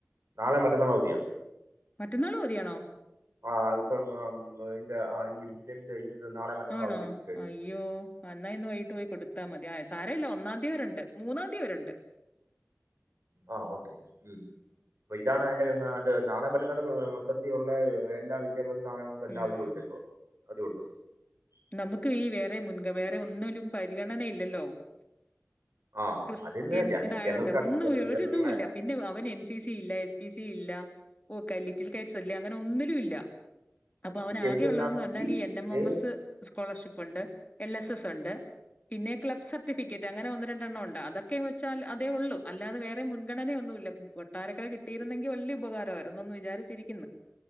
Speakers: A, on the right; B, on the left.
A: നാളെയം മറ്റന്നാളും അവധിയാ
B: മറ്റന്നാന്നാളും അവധിയാണോ
A: <inaudible> മറ്റന്നാൾ
B: ആണോ
A: അവധി പ്രഖ്യാപിച്ചു
B: അയ്യോ അന്നാ ഇന്ന് വൈകിട്ട് പോയി കൊടുത്താ മതി സാരല്ലാ ഒന്നാം തീയതി അവരെയെണ്ട് മൂന്നാം തീയതി അവരെണ്ടയെണ്ട്
A: ആാ ഓക്കെ ഉം അപ്പം ഇതാണതിൻ്റെ അതെ നാളെ മറ്റാന്നാളും മൊത്തത്തി ഒള്ളേ എല്ലാ വിദ്യാഭ്യാസ സ്ഥാപനങ്ങളെകെ
B: ഉം.
A: അവധി കൊടുത്തേക്ക്യുവാ <inaudible>
B: നമുക്ക് ഈ വേറെ മുൻഗ വേറെ ഒന്നിലും പരിഗണനയില്ലല്ലോ.
A: ആ
B: ക്രിസ്ത്യൻ
A: അതിൽ ജനറൽ
B: ഇതായോണ്ട്
A: ജനറൽ കാസ്റ്റ്
B: ഒന്നും
A: ജനറൽ
B: ഒരിതൂല്ല.
A: ജനറൽ ആയിട്ട്
B: പിന്നെ അവൻ എൻ സി സി ഇല്ല എസ് പി സി ഇല്ല <unintelligible> ങ്ങനൊന്നിലുല്ല അപ്പൊ അവൻ
A: ഈ കേസ്
B: ആകെ
A: തന്നെ
B: ഉള്ളതെന്ന് പറഞ്ഞാല് ഈ എൻ
A: ഇതേ
B: എം എം എസ് സ്കോളർഷിപ്പുണ്ട് എൽ എസ് എസ് ഒണ്ട് പിന്നെ ക്ലബ് സർട്ടിഫിക്കറ്റ് അങ്ങനെ ഒന്ന് രണ്ടെണ്ണം ഉണ്ട് അതൊക്കെ വെച്ചൽ അതേ ഉള്ളൂ അല്ലാതെ വേറെ മുഗണനയ ഒന്നും ഇല്ല കൊട്ടാരക്കര കിട്ടിയിരുന്നെങ്കിൽ വലിയ ഉപകാരമായിരുന്നന്നന്ന് വിചാരിച്ചിരിക്കുന്നു